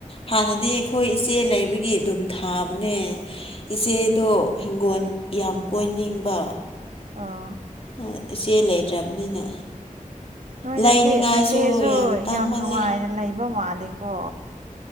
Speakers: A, on the left; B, on the right.
A: ꯍꯥꯟꯅꯗꯤ ꯑꯈꯣꯏ
B: ꯎꯝ
A: ꯏꯆꯦ ꯂꯩꯕꯒꯤ ꯗꯨꯝ ꯊꯥꯕꯅꯦ
B: ꯎꯝ
A: ꯏꯆꯦꯗꯣ ꯍꯤꯡꯒꯣꯟ ꯌꯥꯝ ꯀꯣꯏꯅꯤꯡꯕ
B: ꯑꯥ
A: ꯑꯥ ꯏꯆꯦ ꯂꯩꯇ꯭ꯔꯕꯅꯤꯅ
B: ꯅꯣꯏ
A: ꯂꯩꯅꯤꯡꯉꯥꯏꯁꯨ
B: ꯅꯠꯇꯦ ꯅꯆꯦꯁꯨ
A: ꯇꯥꯡꯃꯜꯂꯦ
B: ꯌꯥꯝ ꯅꯨꯡꯉꯥꯏꯅ ꯂꯩꯕ ꯃꯥꯂꯤꯀꯣ